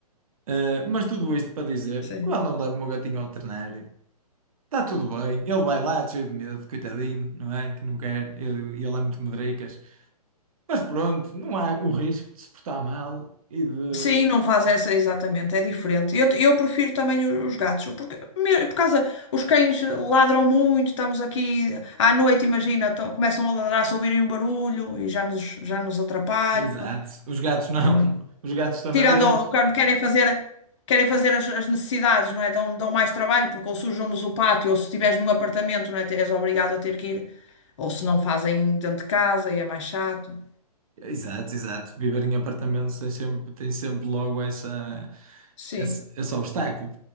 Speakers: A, on the right; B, on the left.
A: Ah, mas tudo isto para dizer,
B: sim.
A: quando eu levo o meu gatinho ao veterinário, está tudo bem. Ele vai lá, cheio de medo, coitadinho, não é? Que não quer. Ele, ele é muito medricas. Mas pronto, não há o risco de se portar mal e de.
B: Sim, não faz essa exatamente, é diferente. Eu, eu prefiro também o- os gatos, porque me- por causa os cães ladram muito, estamos aqui à noite, imagina, to- começam a ladrar se ouvirem um barulho e já nos, já nos atrapalham.
A: Exato. Os gatos não.
B: Hum.
A: <laughs> Os gatos estão
B: Tirando
A: na deles.
B: o quando querem fazer, querem fazer as, as necessidades, não é? Dão, dão mais trabalho, porque ou sujam-nos o pátio, ou se estiveres num apartamento, não é? Te- És obrigado a ter que ir, ou se não fazem dentro de casa e é mais chato.
A: Exato, exato. Viver em apartamentos tem sempre, tem sempre logo essa,
B: Sim.
A: esse, esse obstáculo.